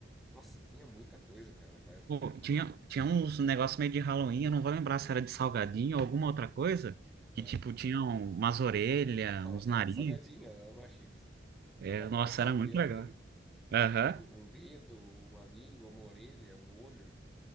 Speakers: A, in the centre; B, on the right.
A: Nossa, tinha muita coisa, cara, naquela época,
B: Pô,
A: né?
B: tinha, tinha uns negócios meio de Halloween, eu não vou lembrar se era de salgadinho ou alguma outra coisa, que
A: Ah,
B: tipo, tinham umas orelhas,
A: <laughs>
B: uns
A: Era
B: nariz.
A: de salgadinho, era uma chips.
B: É,
A: Era partes
B: nossa, era
A: do
B: muito
A: dedo,
B: legal.
A: né?
B: Aham.
A: Parte... Um dedo, uma língua, uma orelha, um olho. <laughs>